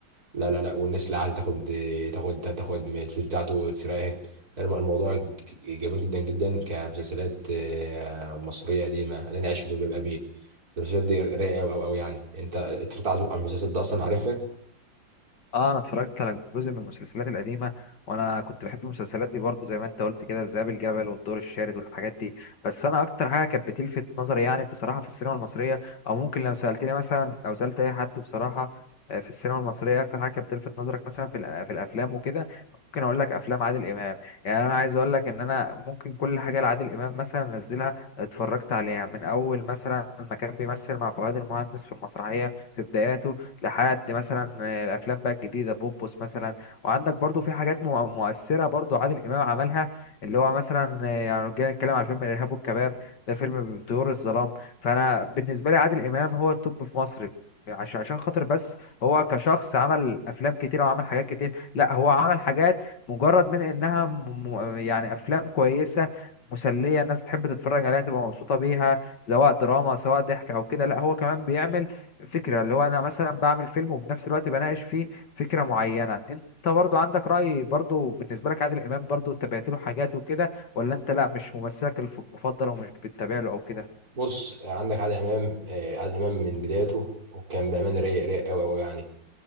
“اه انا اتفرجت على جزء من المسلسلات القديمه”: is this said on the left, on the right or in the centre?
Left